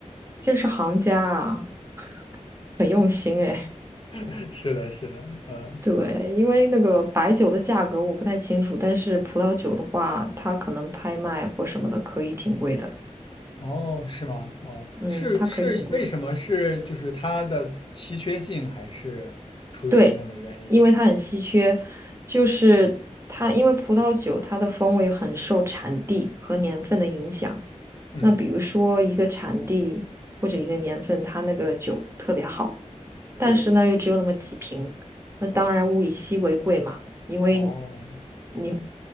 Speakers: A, on the right; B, on the left.
A: 这是行家啊，很用心哎。<laughs>
B: <laughs> 是的，是的，嗯，
A: 对，因为那个白酒的价格我不太清楚，但是葡萄酒的话，它可能拍卖或什么的可以挺贵的，
B: 哦，是吗？哦，
A: 嗯，
B: 是是，
A: 它可以很贵。
B: 为什么是就是它的稀缺性，还是出于什么样的原因？
A: 对，因为它很稀缺，就是它因为葡萄酒它的风味很受产地和年份的影响。
B: 嗯，
A: 那比如说一个产地或者一个年份，它那个酒特别好，但是呢又只有那么几瓶，
B: 对
A: 那当然物以稀为贵嘛，
B: 啊，
A: 因为你
B: 哦。
A: 你